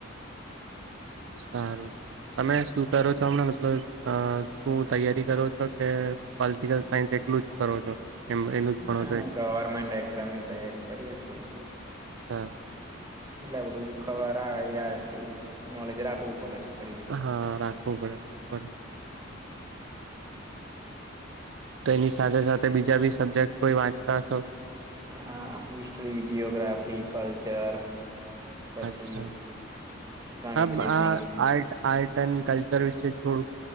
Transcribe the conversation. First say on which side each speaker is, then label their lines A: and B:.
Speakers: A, on the right (about 70°); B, on the right (about 20°).
A: સારું છે, તમે શું કરો છો હમણાં મતલબ અ શું તૈયારી કરો છો કે પોલિટિકલ સાયન્સ એલું જ કરો છો. એમ એનું જ
B: હ
A: ભણો છો
B: ગવર્મેન્ટ એક્ઝામ ની તૈયારી કરીએ છીએ.
A: અચ્છા.
B: એટલે આપડું ખબર આવે યાર કેવું નોલેજ રાખવું પડે શું કરીએ.
A: હા રાખવું પડે રાખવું પડે. તો એની સાથે સાથે બીજા બી સબ્જેક્ટ કોઈ વાંચતા હશો.
B: હ હિસ્ટ્રી જિઓગ્રાફી કલ્ચર. પછી
A: અચ્છા
B: ગણિત
A: હબ
B: રીઝનિંગ
A: આ આટ આર્ટ. ન કલ્ચર વિશે થોડુંક